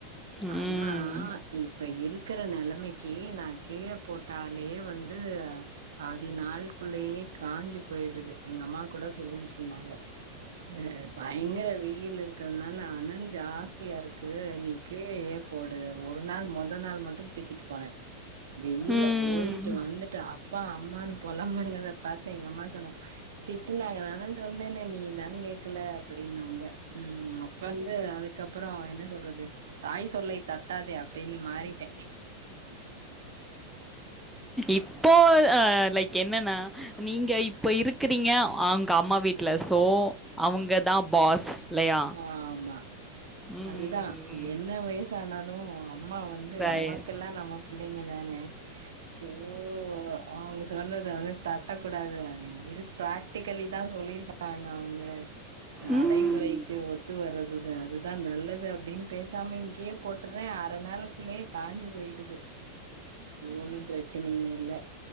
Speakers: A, in the centre; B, on the right.
A: ம்
B: ஆனா இப்ப இருக்குற நெலமை கி நா கீழ போட்டாலே வந் ந்து பாதி நாள் குள்ளே யே காஞ்சி போயிடுது எங்க அம்மா கூட சொல்லிவிட்ருதாங்க அ பயங்கர வெயிலு இருக்கறனால அனல் ஜாஸ்தியாருக்கு நீ கிழயே போடு ஒரு நாள் மொத நாள் மட்டு துக்கிட்டு போன வெயில்ல
A: ம்
B: போயிட்டு வந்துட்டா அப்பா அம்மனு பொலம்புனத பாத்து எங்க அம்மா சொனா திட்டுனாங்க நாதா சொன்னேனே நீதா கேக்கல அப்டின்னாங்க ம் அப்ப வந்து அதுக்கப்புரொ என்ன சொ அது தாய் சொல்லை தட்டாதே அப்டின்னு மாறிட்டே
A: இப்போ லைக் என்னன்னா நீங்க இப்போ இருக்கிறீங்க அவுங்க அம்மா வீட்ல ஸோ அவங்க தா பாஸ் இல்லையா
B: ஆமா
A: ம்
B: அதுதா என்ன வயசானாலு அம்மா வந்து
A: ரைட்
B: அம்மாகெல்லா நம ங்க தானே ஸோ அவுங்க சொன்ன தட்டக்கூடாது <unintelligible> கள்ளி தா சொல்லிர்ருக்காங் அவுங்க நடைமுறை
A: ம்
B: ஒத்து வரதுதா அதுதா நல்லது அப்டின்னு பேச சம இங்கே போட்டுறே அர நாள்குள்ளயே காஞ்சு போயிடுது ஒன்னு பிரச்சன இல்ல